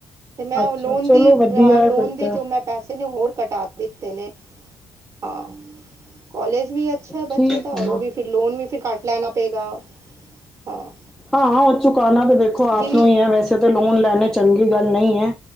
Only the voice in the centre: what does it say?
ਅੱਛਾ
ਚਲੋ
ਵਧੀਆ
ਹੈ ਫਿਰ
ਤਾਂ
ਠੀਕ
ਹੈ ਨਾ
ਹਾਂ। ਉਹ ਚੁਕਾਨਾ ਤੇ ਦੇਖੋ ਆਪ
ਨੂੰ ਹੀ ਹੈ ਵੈਸੇ ਤਾਂ ਲੋਨ ਲੈਣੇ ਚੰਗੀ ਗੱਲ ਨਹੀਂ ਹੈ।